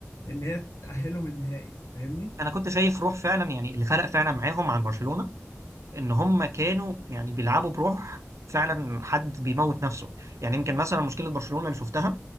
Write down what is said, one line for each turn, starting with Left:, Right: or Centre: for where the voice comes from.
Left: ان هي تاهلهم النهائي فاهمني
Right: انا كنت شايف روح فعلا يعني اللي فرق فعلا معاهم عن برشلونة ان هم كانوا يعني بيلعبوا بروح فعلا حد بيموت نفسه يعني يمكن مثلا مشكلة برشلونة اللي شفتها